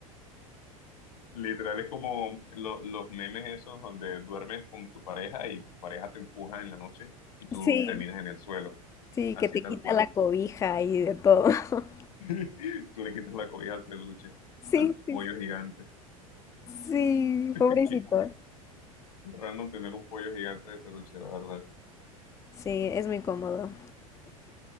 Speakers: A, on the left; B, on the left.
A: Literal es como lo- los memes esos donde duermes con tu pareja y tu pareja te empuja en la noche y tú
B: Sí,
A: terminas en el suelo,
B: sí,
A: así
B: que te
A: tal
B: quita
A: cual.
B: la cobija y de todo. <laughs>
A: <laughs> Tú le quitas la cobija al peluche,
B: Sí,
A: al
B: sí,
A: pollo gigante.
B: sí,
A: <laughs>
B: pobrecito.
A: Qué, qué random tener un pollo gigante de peluche, la verdad.
B: Sí, es muy cómodo.